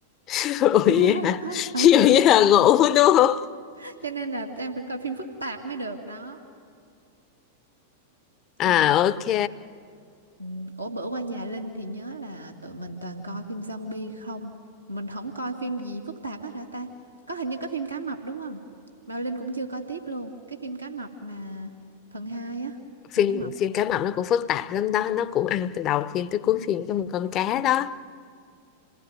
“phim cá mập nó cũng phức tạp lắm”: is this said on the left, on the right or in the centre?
Left